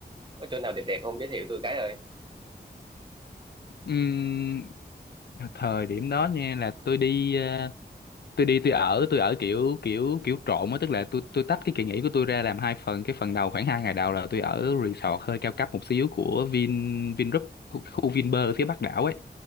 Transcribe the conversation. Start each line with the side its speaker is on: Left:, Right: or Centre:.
Right: có chỗ nào đẹp đẹp không giới thiệu tôi cái rồi
Left: Ừm, thời điểm đó nha là tôi đi ờ, tôi đi tôi ở tôi ở kiểu kiểu kiểu trộn á tức là tôi tôi tách cái kỳ nghỉ của tôi ra làm hai phần cái phần đầu khoảng hai ngày đầu là tôi ở resort hơi cao cấp một xíu của Vin Vingroup khu, khu Vinpearl ở phía Bắc đảo ấy